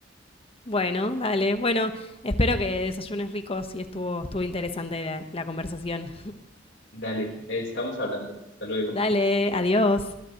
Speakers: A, on the left; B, on the left.
A: <laughs> bueno, dale. Bueno, espero que desayunes ricos y estuvo, estuvo interesante la, la conversación.
B: Dale, eh, estamos hablando. Hasta luego.
A: Dale, adiós.